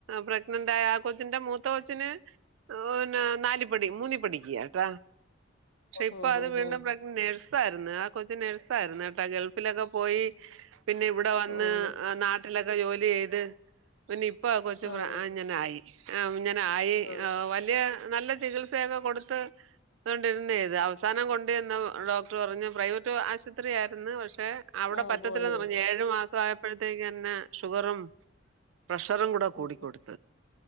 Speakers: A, on the right (about 90°); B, on the left (about 70°).
A: പ്രഗ്നന്റ് ആയ ആ കൊച്ചിന്റെ മൂത്ത കൊച്ചിന് ഓ പിന്ന നാലി പഠി മൂന്നി പഠിക്ക്യാട്ടാ പക്ഷെ ഇപ്പൊ
B: ഓഹ്
A: അത്
B: ഓഹ്
A: വീണ്ടും
B: ഓഹ്
A: പ്രെഗ്ന നേഴ്സ് പ്പാരുന്നു ആ കൊച്ച് നേഴ്സാരുന്നു കേട്ടാ ഗൾഫിലൊക്കെ പോയി പിന്നെ ഇവിടെ വന്ന്
B: ഓഹ് ഓഹ്
A: നാട്ടിലൊക്കെ ജോലി ചെയ്ത് പിന്നെ ഇപ്പൊ കൊച്ചു പ്ര
B: ആഹ്
A: ഇങ്ങനെ ആയി ഇങ്ങനെ ആയി
B: ആഹ്
A: വലിയ നല്ല ചികിത്സയൊക്കെ കൊടുത്ത് അതുകൊണ്ടിരുന്നേ ഇത് അവസാനം കൊണ്ട്ന്ന് ഡോക്ടർ പറഞ്ഞഞ് പ്രൈവറ്റ് ആശ് ശുത്രിയാരുന്നു പക്ഷെ അവിടെ
B: ആഹ്
A: പറ്റത്തില്ലന്ന്
B: പോയത്
A: പറഞ്ഞു ഏഴു മാസം ആയപ്പോഴത്തേക്ക ന്നെ ഷുഗറും പ്രഷറും കൂടെ കൂടിക്കൊടുത്ത്
B: ഓഹ്